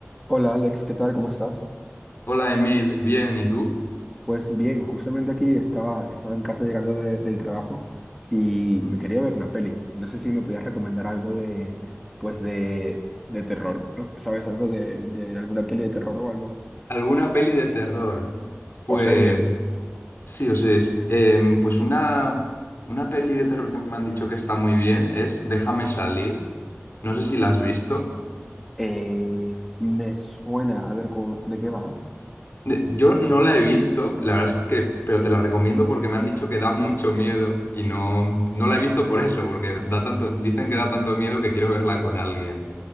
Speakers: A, in the centre; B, on the left (about 55°).
A: Hola Alex, ¿qué tal? ¿Cómo estás?
B: Hola Emil, bien, ¿y tú?
A: Pues bien, justamente aquí estaba, estaba en casa llegando de- del trabajo y
B: Mm.
A: me quería ver una peli. No sé si me podías recomendar algo de, pues de, de terror. ¿Sabes algo de, de alguna peli de terror o algo?
B: ¿Alguna peli de terror? Pues
A: O series.
B: sí, o sea, es- em, pues una, una peli de terror que me han dicho que está muy bien es Déjame salir. No sé si la has visto.
A: Eh, me suena, a ver, ¿cómo- ¿de qué va?
B: Ne- Yo no la he visto, la verdad es que, pero te la recomiendo porque me han dicho que da mucho miedo y no, no la he visto por eso, porque da tanto, dicen que da tanto miedo que quiero verla con alguien.